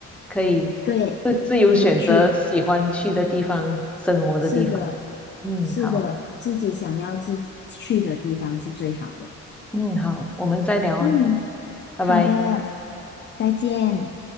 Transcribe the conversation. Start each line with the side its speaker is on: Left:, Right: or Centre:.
Centre: 可以自自由选择喜欢去的地方、
Left: 对，可以去，
Centre: 生活的地方。
Left: 是的，
Centre: 嗯，
Left: 是的，
Centre: 好，
Left: 自己想要自去的地方是最好的。
Centre: 嗯，好，我们再聊啊，
Left: 嗯，
Centre: 拜拜。
Left: 好的，再见。